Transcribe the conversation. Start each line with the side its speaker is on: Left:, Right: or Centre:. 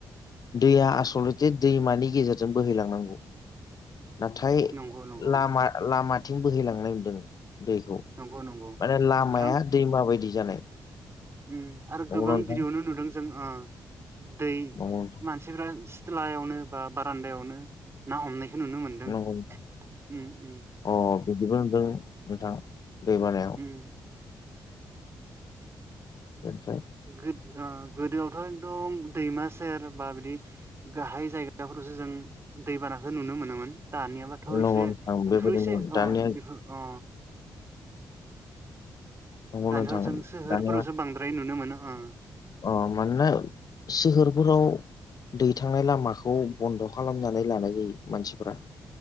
Left: दैया आसलथे दैमानि गेजेरजों बोहैलांनांगौ नाथाय
Right: नंगौ नंगौ
Left: लामा लामाथिं बोहैलांनाय नुदों दैखौ
Right: नंगौ नंगौ
Left: माने लामाया
Right: नोंथां
Left: दैमा बायदि जानाय
Right: ओम आरो
Left: नंगौना
Right: गोबां
Left: नोंथां
Right: बिरियावनो नुदों जों ओ दै
Left: नंगौ नोंथां
Right: मान सिथ्लायावनो बा बारान्दायावनो ना हमनायखौ नुनो मोनदों
Left: नंगौ
Right: ओम
Left: नोंथां
Right: ओम
Left: अ बिदिबो नुदों नोंथां दै बानाया
Right: उम
Left: <unintelligible>
Right: गोदोआवथ' एकदम दैमा सेर बा बिदि गाहाय जायगाफोरावसो जों दैबानाखौ नुनो मोनोमोन। दानिया बाथ'एसे
Left: नंगौ नोंथां बेबायदिनो
Right: बेफोर एसे
Left: दानिया
Right: अ बिफोर अ'
Left: नंगौ
Right: दानिथ'
Left: नोंथां
Right: जों सोहोरफोरावसो
Left: दानिया
Right: बांद्राय नुनो मोनो ओ
Left: अ मानोना सोहोरफोराव दै थांनाय लामाखौ बन्द' खालामनानै लानाय जायो मानसिफ्रा